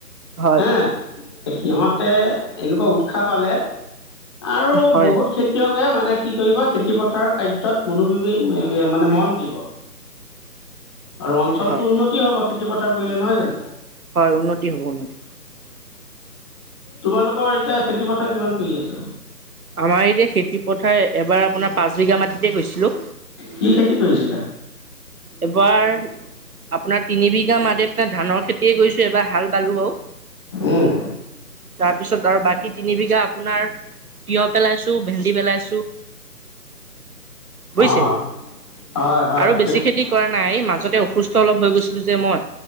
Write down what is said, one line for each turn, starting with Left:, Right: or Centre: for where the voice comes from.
Right: হয়
Left: হে সিহঁতে এনেকুৱা উৎসাহ পালে আৰু
Right: হয়
Left: বহুত খেতিয়ক মানে কি কৰিব খেতি পথাৰৰ কাৰ্যত মনোবি মানে মন দিব আৰু অঞ্চলটো
Right: হয়
Left: উন্নতি হব খেতি পথাৰ কৰিলে নহয় জানো
Right: হয় উন্নতি হব উন্নতি
Left: তোমালোকৰ এতিয়া খেতি পথাৰ কিমান কৰি আছে
Right: আমাৰ এতিয়া খেতি পথাৰ এবাৰ আপোনাৰ পাঁচ বিঘা মাটিতে গৈছিলোঁ
Left: কি খেতি কৰিছে
Right: এবাৰ আপোনাৰ তিন বিঘা মাদে ধানৰ খেতিয়ে কৰিছো এবাৰ হাল বালো বাৰু
Left: উম
Right: তাৰপিছত আৰু বাকী তিনিবঘা আপোনাৰ তিঁয়হ পেলাইছোঁ ভেন্দি পেলাইছোঁ বুজিছে
Left: অঁ হয় হয়
Right: আৰু বেছি খেতি কৰা নাই মাজতে অসুস্থ অলপ হৈ গৈছিলো যে মই